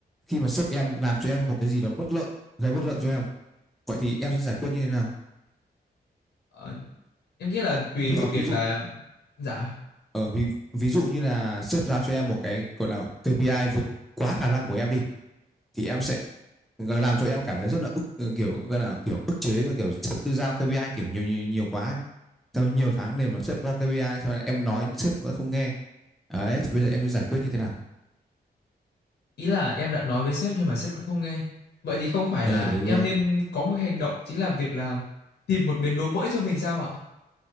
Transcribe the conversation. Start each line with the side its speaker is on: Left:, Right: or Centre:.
Centre: khi mà sếp em làm cho em một cái gì đó bất lợi gây bất lợi cho em Vậy thì em sẽ giải quyết như thế nào?
Left: Ờ, em nghĩ là tùy
Centre: Ví
Left: vào
Centre: dụ
Left: việc
Centre: ví dụ
Left: là dạ
Centre: ở ví ví dụ như là sếp giao cho em một cái gọi là KPI vượt quá khả năng của em đi thì em sẽ làm cho em cảm thấy rất là ức ờ, kiểu gọi là kiểu ức chế kiểu sếp cứ giao KPI kiểu nhiều nhiều, nhiều quá ấy. Sau nhiều tháng liền mà sếp giao KPI sau này em nói sếp vẫn không nghe. Đấy, thì bây giờ em sẽ giải quyết như thế nào?
Left: Ý là em đã nói với sếp nhưng mà sếp vẫn không nghe. Vậy thì không phải
Centre: Ừ
Left: là
Centre: đúng
Left: em
Centre: rồi.
Left: nên có một hành động chính là việc là tìm một bến đỗ mới cho mình sao ạ?